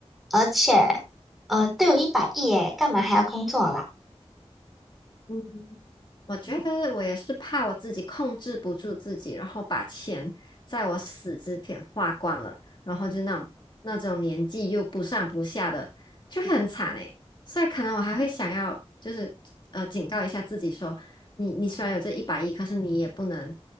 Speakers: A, in the centre; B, on the left (about 45°).
A: 而且，呃，都有一百亿诶，干嘛还要工作啦？
B: 嗯我觉得我也是怕我自己控制不住自己，然后把钱在我死之前花光了，然后就那种那种年纪又不上不下的，就会很惨诶。所以可能我还会想要，就是呃，警告一下自己说，你你虽然有这一百亿，可是你也不能